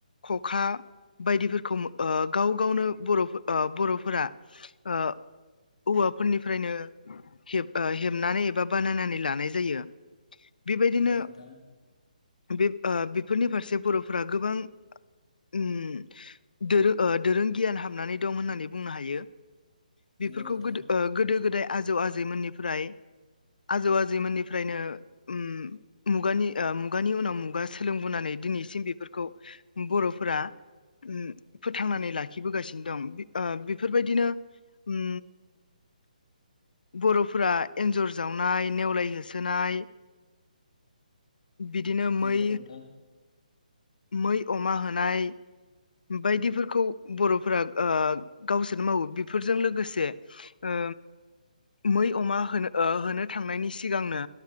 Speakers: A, on the left (about 80°); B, on the left (about 45°).
A: खखा बायदिफोरखौ ओ गाव गावनो बर' ओ बर'फोरा ओ औवाफोरनिफ्रायनो हेब ओ हेबनानै एबा बानायनानै लानाय जायो। बेबायदिनो
B: नंगौ नोंथां
A: बे ओ बेफोरनि फारसे बर'फोरा गोबां ओम दोरो ओ दोरों गियान हाबनानै दं होननानै बुंनो हायो।
B: नंगौ
A: बेफोरखौ
B: नोंथां
A: गोदो ओ गोदो गोदाय आजौ आजैमोननिफ्राय आजौ आजैमोननिफ्रायनो ओम मुगानि ओ मुगानि उनाव मुगा सोलोंबोनानै दिनैसिम बेफोरखौ बर'फोरा ओ फोथांनानै लाखिबोगासिनो दं ओ बेफोरबायदिनो ओम बर'फोरा एन्जर जावनाय नेवलाय होसोनाय बिदिनो
B: नंगौ
A: मै
B: नोंथां
A: मै अमा होनाय बायदिफोरखौ बर'फोरा ओ गावसोरनो मावो बेफोरजों लोगोसे ओ मै अमा होनो ओ होनो थांनायनि सिगांनो